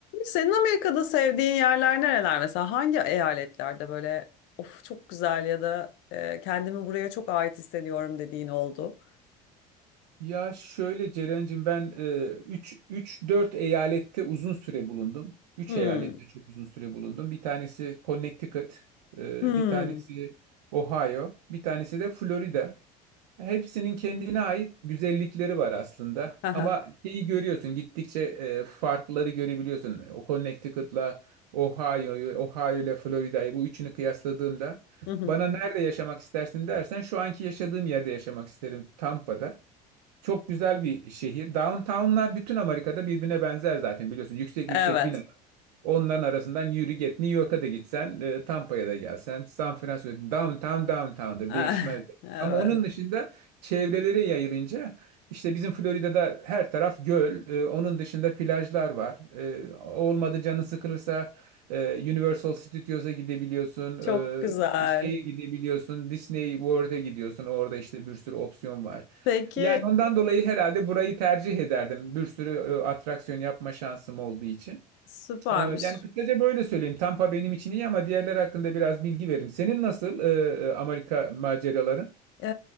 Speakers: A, on the left; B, on the right.
A: Senin Amerika'da sevdiğin yerler nereler mesela? Hangi eyaletlerde böyle of çok güzel ya da e, kendimi buraya çok ait hissediyorum dediğin oldu?
B: Ya şöyle Ceren'cim ben e, üç üç dört eyalette uzun süre bulundum. Üç
A: Hmm.
B: eyalette çok uzun süre bulundum. Bir tanesi Connecticut, e,
A: Hmm.
B: bir tanesi Ohio, bir tanesi de Florida. Hepsinin kendine ait güzellikleri var aslında.
A: Haha.
B: Ama şeyi görüyorsun gittikçe e, farkları görebiliyorsun. O Connecticut'la Ohio'yu, Ohio ile Florida'yı bu üçünü kıyasladığımda
A: Hı hı.
B: bana nerede yaşamak istersin dersen şu anki yaşadığım yerde yaşamak isterim Tampa'da. Çok güzel bir şehir. Downtown'lar bütün Amerika'da birbirine benzer zaten biliyorsun. Yüksek
A: Evet.
B: yüksek bina. Onların arasından yürü git. New York'a da gitsen, e, Tampa'ya da gelsen, San Francisco, downtown downtown'dır,
A: <laughs>
B: değişmez.
A: Evet.
B: Ama onun dışında çevrelere yayılınca işte bizim Florida'da her taraf göl, e, onun dışında plajlar var. E, olmadı canın sıkılırsa e, Universal Studios'a gidebiliyorsun,
A: Çok güzel.
B: e, şeye gidebiliyorsun, Disney World'e gidiyorsun. Orada işte bir sürü opsiyon var.
A: Peki
B: Yani ondan dolayı herhalde burayı tercih ederdim. Bir sürü e, atraksiyon yapma şansım olduğu için.
A: süpermiş.
B: Ee, yani kısaca böyle söyleyeyim. Tampa benim için iyi ama diğerleri hakkında biraz bilgi veririm. Senin nasıl e, e, Amerika maceraları?
A: Ee,